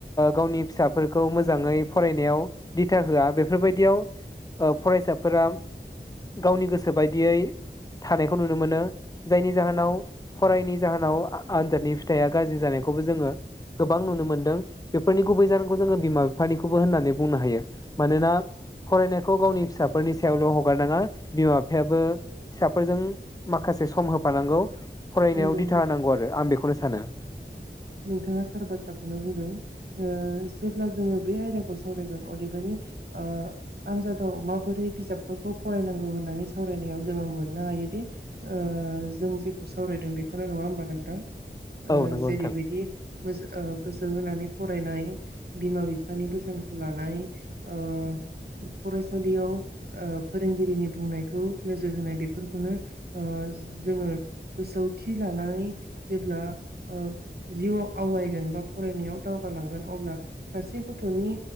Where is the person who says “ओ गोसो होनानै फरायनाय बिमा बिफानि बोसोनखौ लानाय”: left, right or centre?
Right